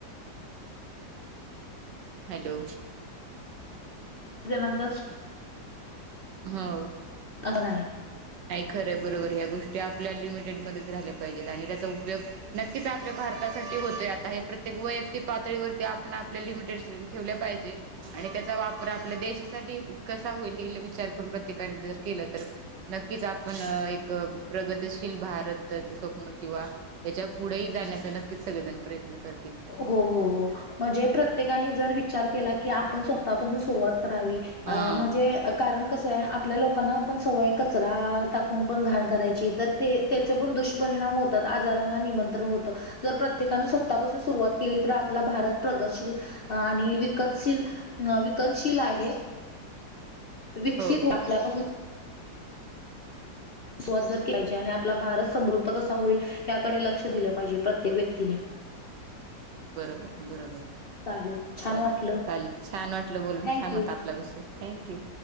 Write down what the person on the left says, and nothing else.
त जणांचा
आता नाही
हो हो
हो म्हणजे प्रत्येकाने जर विचार केला की आपण स्वतःपासून सुरुवात करावी. अ
म्हणजे? कारण कसं आहे आपल्या लोकांना पण सवय कचरा टाकून पण घाण करायची तर ते त्याचे पण दुष्परिणाम होतात. आजाराला निमंत्रण होत जर प्रत्येकान स्वतःपासून सुरुवात केली तर, आपला भारत प्रगतशील आणि विकतशील अ विकनशील आहे. विकसित
आपल्यापसन, सुरवात जर <unintelligible> पाहिजे आणि आपला भारत समृद्ध कसा होईल? याकडे लक्ष दिलं पाहिजे प्रत्येक व्यक्तीने.
चालेल छान वाटलं
थँक
यू